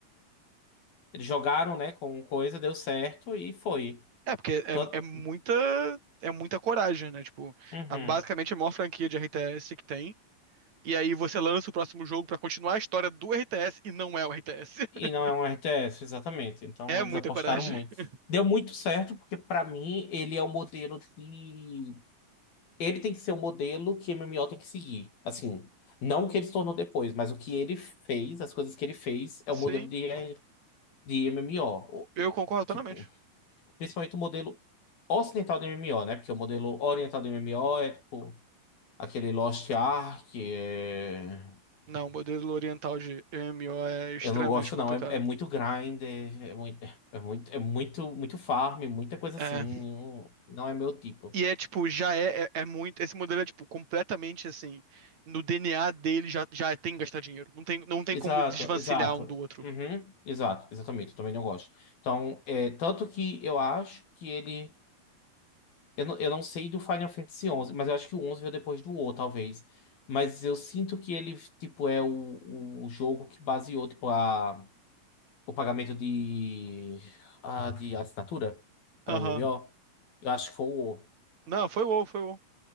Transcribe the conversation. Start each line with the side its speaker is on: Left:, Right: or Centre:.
Left: Eles jogaram, né, com coisa, deu certo e foi.
Right: É, porque é,
Left: Tanto,
Right: é muita, é muita coragem, né? Tipo,
Left: Uhum.
Right: a- basicamente é a maior franquia de RTS que tem. E aí você lança o próximo jogo pra continuar a história do RTS e não é o RTS. <laughs>
Left: E não é um RTS, exatamente. Então
Right: É
Left: eles
Right: muita
Left: apostaram
Right: coragem.
Left: muito.
Right: <laughs>
Left: Deu muito certo, porque pra mim ele é o modelo de. Ele tem que ser o modelo que MMO tem que seguir. Assim, não o que ele se tornou depois, mas o que ele fez, as coisas que ele fez, é
Right: Sim,
Left: o modelo de, de MMO. O- O-
Right: eu
Left: e,
Right: concordo
Left: tipo,
Right: plenamente.
Left: principalmente o modelo ocidental de MMO, né? Porque o modelo oriental de MMO é tipo aquele Lost Ark, é,
Right: Não, o modelo oriental de MMO é extremamente
Left: Eu não gosto,
Right: complicado.
Left: não. É, é muito grinder, é muito, é é muito, é muito, muito farm, muita coisa
Right: É.
Left: assim. Não não é meu tipo.
Right: E é tipo, já é, é, é muito. Esse modelo é tipo completamente assim. No DNA dele já, já é, tem que gastar dinheiro. Não tem, não tem
Left: Exato,
Right: como desvencilhar
Left: exato.
Right: um do outro.
Left: Uhum, exato, exatamente. Eu também não gosto. Então, é, tanto que eu acho que ele. Eu não, eu não sei do Final Fantasy XI, mas eu acho que o 11 veio depois do O, talvez. Mas eu sinto que ele, tipo, é o, o jogo que baseou, tipo, a, o pagamento de, a, de assinatura para
Right: Aham.
Left: MMO. Eu acho que foi o O.
Right: Não, foi o WoW, foi o WoW.